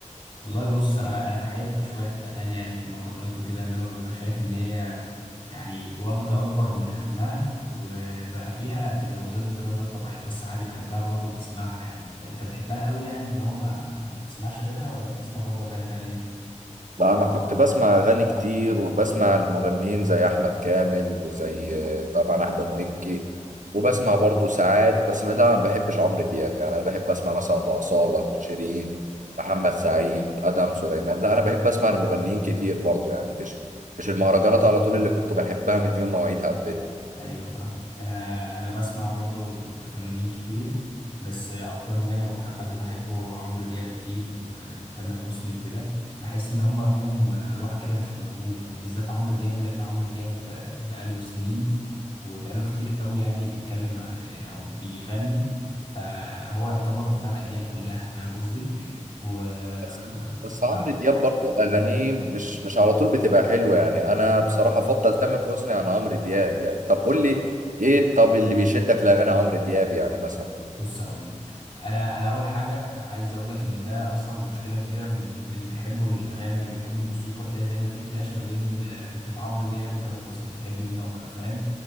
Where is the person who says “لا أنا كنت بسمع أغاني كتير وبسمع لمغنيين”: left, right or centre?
Right